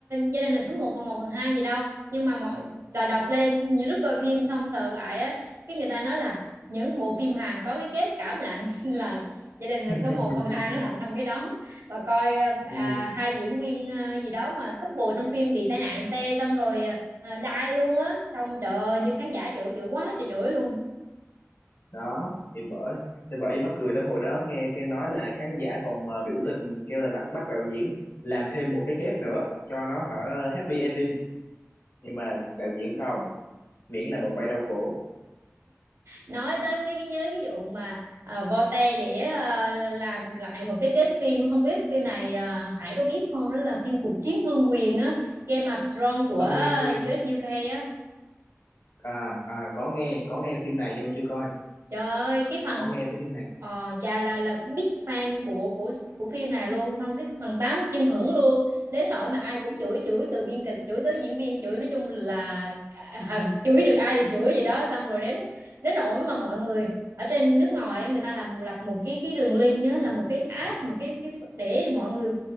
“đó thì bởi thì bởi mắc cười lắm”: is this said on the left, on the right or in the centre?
Left